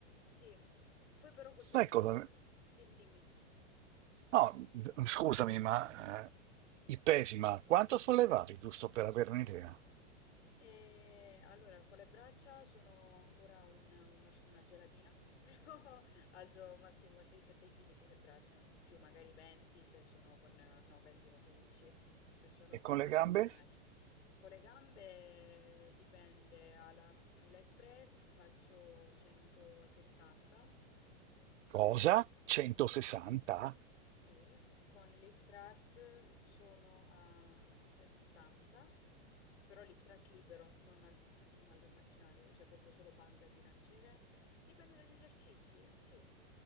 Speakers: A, on the left; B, on the right.
A: sì, poi però questa
B: sai
A: abitudine,
B: cosa?
A: dimmi, dimmi.
B: No, scusami, ma eh, i pesi, ma quanto sollevavi, giusto per avere un'idea?
A: E allora, con le braccia sono ancora un- uno sci- una gelatina, <laughs> però alzo massimo 6-7 kg con le braccia, non di più, magari 20 se sono con, no, 20 no, 15 se sono
B: E
A: con
B: con
A: i macchinari.
B: le gambe?
A: Con le gambe dipende, alla leg press faccio 160,
B: Cosa? 160?
A: sì. Sì, con l'Iptrust sono a 70, però l'Iptrust libero, non al, al macchinario, cioè proprio solo panca e bilanciere. Dipende dagli esercizi, eh, sì.